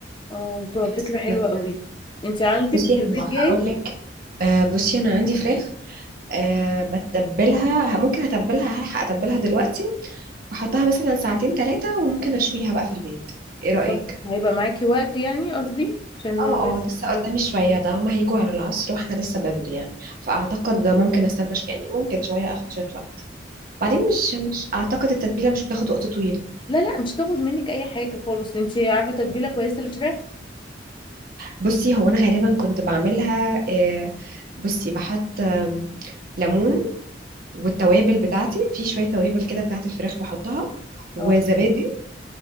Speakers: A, on the left (about 25°); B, on the right (about 50°).
A: اه طب
B: حاسه
A: فكره حلوه
B: ان
A: قوي انت عندك
B: بصي
A: في
B: هو
A: البيت
B: هقول
A: جاي
B: لك آه بصي انا عندي فراخ آه بتبلها ممكن اتبلها هلحق اتبلها دلوقتي واحطها مثلا ساعتين ثلاثه وممكن اشويها بقى في البيت ايه رايك
A: طب هيبقى معاكي وقت يعني قصدي عشان
B: اه
A: بس
B: اه لسه
A: الضيوف
B: قدامي شويه ده هما هيجوا على العصر واحنا لسه بدري يعني فاعتقد
A: طب
B: ده ممكن
A: كويس.
B: استنى شوية- يعني ممكن شويه اخد شويه وقت بعدين
A: اه
B: مش مش اعتقد التتبيله مش بتاخد وقت طويل
A: لا لا مش تاخد منك اي حاجه خالص انت عارفه تتبيله كويسه للفراخ
B: بصي هو انا غالبا كنت بعملها آه، بصي بحط آم، ليمون والتوابل بتاعتي في شويه توابل كده بتاعت الفراخ بحطها وزبادي
A: اه